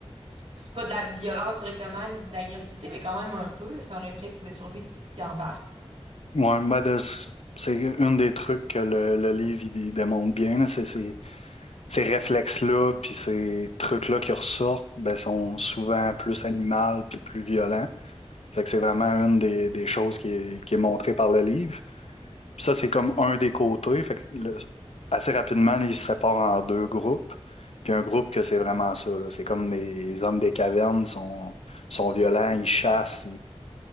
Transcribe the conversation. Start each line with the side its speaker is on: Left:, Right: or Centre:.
Right: c'est pas de la violence directement, ni de l'agressivité, mais quand même un peu là, c'est un réflexe de survie qui embarque.
Left: Ouais, ben de- c'est un des trucs que le, le livre il, il démontre bien, là, c'est ces ces réflexes-là, puis ces trucs-là qui ressortent, ben, sont souvent plus animaux puis plus violents. Fait que c'est vraiment une des, des choses qui est, qui est montrée par le livre. Puis ça, c'est comme un des côtés. Fait que le- assez rapidement, là, ils se séparent en deux groupes. Puis un groupe que c'est vraiment ça, là. C'est comme des les hommes des cavernes sont, sont violents, ils chassent,